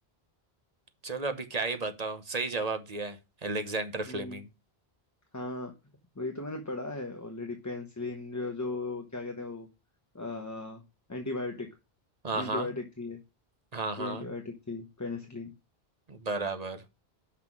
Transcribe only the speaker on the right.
चलो अभी क्या ही बताओ सही जवाब दिया है Alexander Fleming
हाँ
हाँ
हाँ हाँ
बराबर